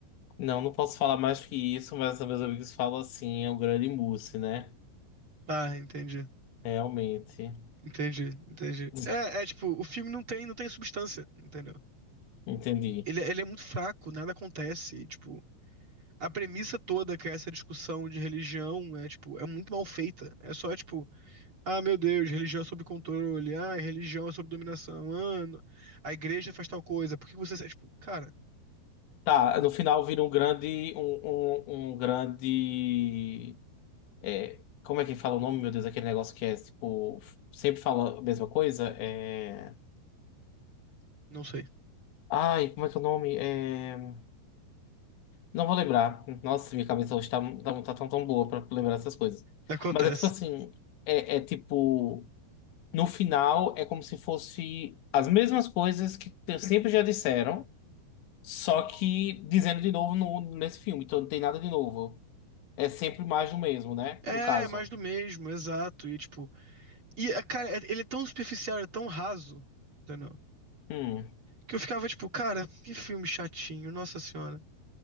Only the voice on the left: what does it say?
Não, não posso falar mais que isso, mas meus amigos falam assim, é um grande mousse, né?
Realmente.
<laughs>
Entendi.
Tá, no final vira um grande, um, um, um grande, é, como é que fala o nome, meu Deus, aquele negócio que é, tipo, sempre fala a mesma coisa, é...
Ai, como é que é o nome? É... Não vou lembrar. Nossa, minha cabeça hoje tá, tá, tá tão, tão boa pra lembrar essas coisas.
Mas é tipo assim, é, é tipo, no final é como se fosse as mesmas coisas que te- sempre já disseram, só que dizendo de novo no, nesse filme, então não tem nada de novo. É sempre mais do mesmo, né?
No caso.
Hum.